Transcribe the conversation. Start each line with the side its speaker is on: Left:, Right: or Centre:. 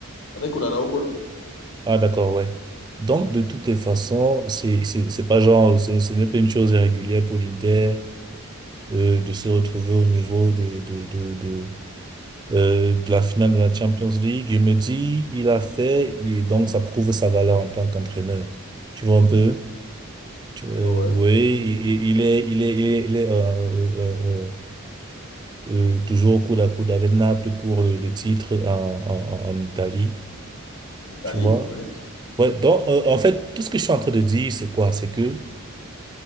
Left: Avec Onana au goal.
Right: Ah, d'accord, ouais. Donc, de toutes les façons,
Left: Mhm.
Right: c'est, c'est, c'est pas genre, c'est- ce n'est pas une chose régulière pour l'Inter, euh, de se retrouver au niveau de, de, de, de, euh, de la finale de la Champions League. Je me dis, il a fait, et donc ça prouve sa valeur en tant qu'entraîneur. Tu vois un peu? Tu- euh,
Left: Ouais,
Right: oui,
Left: ouais.
Right: il, il il est, il est, il est, il est, euh, euh, euh, euh, toujours coup à coude avec Naples pour euh, le titre en, en, en en Italie,
Left: En Italie,
Right: tu vois.
Left: oui.
Right: Ouais, donc euh, en fait, tout ce que je suis en train de dire, c'est quoi? C'est que